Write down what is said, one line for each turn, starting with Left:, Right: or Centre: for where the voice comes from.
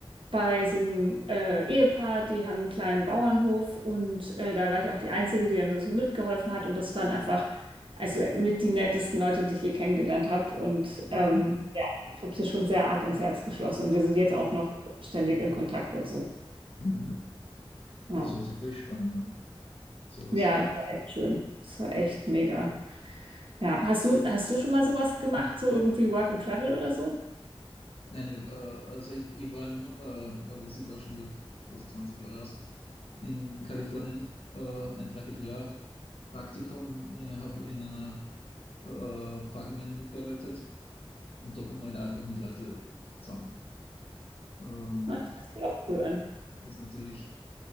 Right: bei so einem äh, Ehepaar, die haben einen kleinen Bauernhof und äh, da war ich auch die Einzige, die dann so mitgeholfen hat und das waren einfach, also mit die nettesten Leute, die ich je kennengelernt habe und
Left: Mhm.
Right: ähm, ja, ich habe sie schon sehr arg ins Herz geschlossen und wir sind jetzt auch noch ständig in Kontakt und so.
Left: Mhm.
Right: Ja.
Left: Das hört sich voll spannend an, sowas.
Right: Ja, das war echt schön. Das war echt mega. Ja, hast du, hast du schon mal sowas gemacht, so irgendwie Work and Travel oder so?
Left: Nein, ich hab, äh, also ich, ich war im, äh, aber das ist auch schon wieder fast 20 Jahre aus, in Kalifornien äh, ein Dreivierteljahr Praktikum. Ich habe in einer äh, Pfarrgemeinde mitgearbeitet und da kommt man halt einfach mit Leuten zusammen. Ähm,
Right: Ja, Das hört sich auch cool an.
Left: Das ist natürlich,